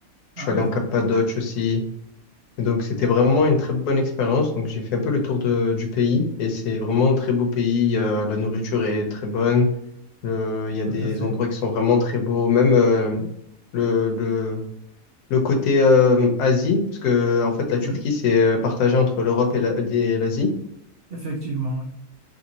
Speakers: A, on the right; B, on the left.
A: Ah
B: Je suis allé
A: oui,
B: en Cappadoce aussi. Et Donc c'était vraiment une très bonne expérience. Donc j'ai fait un peu le tour de- du pays et c'est vraiment un très beau pays. Il y a- la nourriture est très bonne. Le- il y a
A: tout
B: des
A: à fait.
B: endroits qui sont vraiment très beaux. Même euh, le, le, le côté euh, Asie, parce que en fait la Turquie
A: Oui,
B: c'est euh, partagé entre l'Europe et la- et l'Asie.
A: effectivement, oui.